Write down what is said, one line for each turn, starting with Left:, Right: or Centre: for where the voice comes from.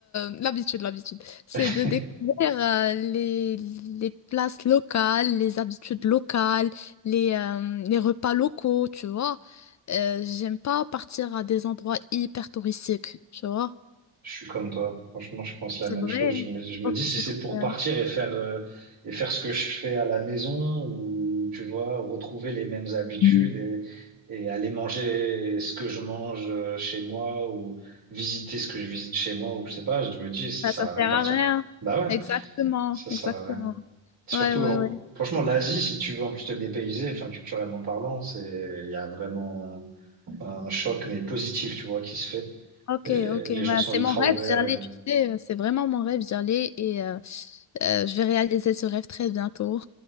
Left: euh, l'habitude, l'habitude. C'est
Right: Hmm.
Left: de découvrir
Right: <laughs>
Left: euh, les, les places locales, les habitudes locales, les, euh, les repas locaux, tu vois. Euh, j'aime pas partir à des endroits hyper touristiques, tu vois.
Right: Je suis comme toi. Franchement, je pense la
Left: C'est
Right: même
Left: vrai.
Right: chose. Je me, je me
Left: Ok,
Right: dis si
Left: c'est
Right: c'est
Left: trop
Right: pour
Left: bien.
Right: partir et faire, euh, et faire ce que je fais à la maison ou, tu vois, retrouver les mêmes habitudes
Left: Mm.
Right: et, et aller manger ce que je mange euh, chez moi ou visiter ce que je visite chez moi ou je sais pas, je me dis ça
Left: Ah,
Right: sert
Left: ça
Right: à rien
Left: sert
Right: de partir.
Left: à rien.
Right: Bah
Left: Exactement,
Right: ouais, ça
Left: exactement.
Right: sert à rien. Surtout,
Left: Ouais, ouais,
Right: en-
Left: ouais.
Right: franchement, l'Asie, si tu veux en plus te dépayser, enfin, culturellement parlant, c'est, il y a vraiment un choc, mais positif, tu vois, qui se fait.
Left: Ok,
Right: Et
Left: ok.
Right: les gens
Left: Bah,
Right: sont
Left: c'est
Right: ultra
Left: mon rêve
Right: ouverts.
Left: d'y aller, tu sais. C'est vraiment mon rêve d'y aller et euh, euh, je vais réaliser ce rêve très bientôt.